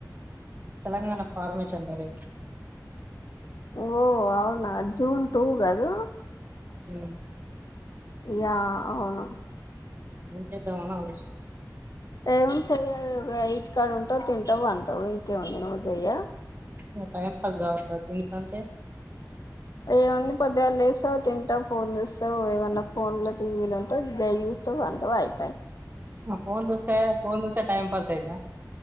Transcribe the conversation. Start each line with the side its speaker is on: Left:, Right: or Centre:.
Right: తెలంగాణ ఫార్మ చందరు
Left: ఓ అవునా జూన్ టూ గదు
Right: హ్మ్
Left: యా అవును
Right: ఏం చేద్దామా అని ఆలోచిస్
Left: ఏం చెయ్యలేవు గా ఇంటి కాడ ఉంటావ్ తింటావ్ పంటావ్ ఇంకేముంది నువ్వు జయ్య
Right: ఇంకేం పని కావద్దా దీని కంతే
Left: ఏముంది పొద్దిగాల లేస్తావు తింటావు ఫోన్ చూస్తావు ఏమన్నా ఫోన్ లో టీవీలు ఉంటా గయి చూస్తావు అంతే అయి
Right: ఫోన్ చూస్తాయే ఫోన్ చూస్తే టైమ్ పాస్ అంతే గా